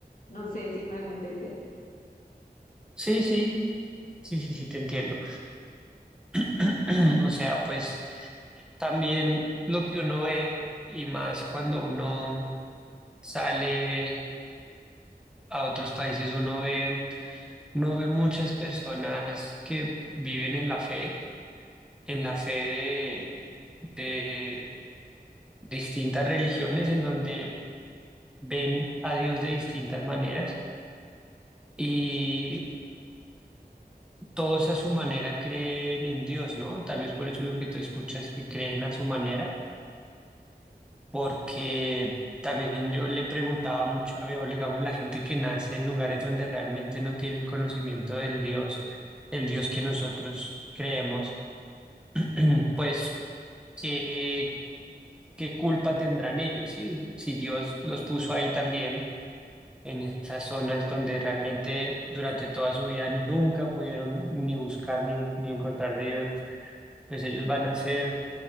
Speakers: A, on the left; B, in the centre.
A: No sé si me hago entender.
B: sí, sí, sí, sí, sí, te entiendo. <clears throat> O sea, pues también lo que uno ve, y más cuando uno sale a otros países, uno ve, uno ve muchas personas que viven en la fe, en la fe de, de distintas religiones, en donde ven a Dios de distintas maneras. Y todos a su manera creen en Dios, ¿no? Tal vez por eso lo que tú escuchas que creen a su manera porque también yo le preguntaba mucho a mi abuelo, digamos, la gente que nace en lugares donde realmente no tienen conocimiento del Dios, el Dios que nosotros creemos, <clears throat> pues, ¿qué, qué culpa tendrán ellos? Si, si Dios los puso ahí también, en esas zonas donde realmente durante toda su vida nunca pudieron ni buscar ni, ni encontrar de Dios, pues ellos van a ser